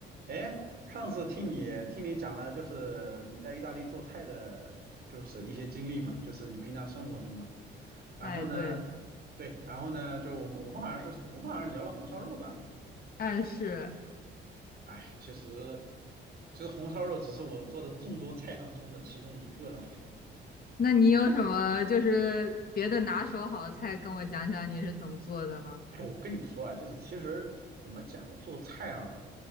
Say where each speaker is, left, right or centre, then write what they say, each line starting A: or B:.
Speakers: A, on the right; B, on the left.
A: 哎，上次听你听你讲了，就是你在意大利做菜的，就是一些经历嘛，就是你平常生活中嘛。然后呢，
B: 哎，对，
A: 对，然后呢，就我们我们好像是我们好像聊了红烧肉吧。
B: 哎是，
A: 哎，其实其实红烧肉只是我做的众多菜当中的其中一个了。
B: 那你有什么就是别的拿手好菜跟我讲讲你是怎么做的吗？
A: 哎，我跟你说啊，就是其实怎么讲呢，做菜啊。